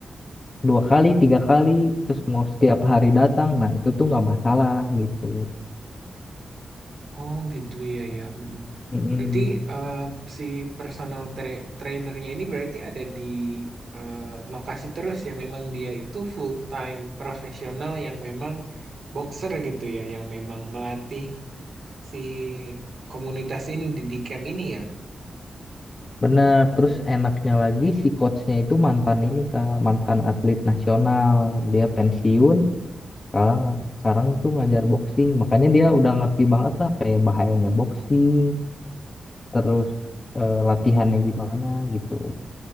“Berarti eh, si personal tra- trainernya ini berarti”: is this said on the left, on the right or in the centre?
Right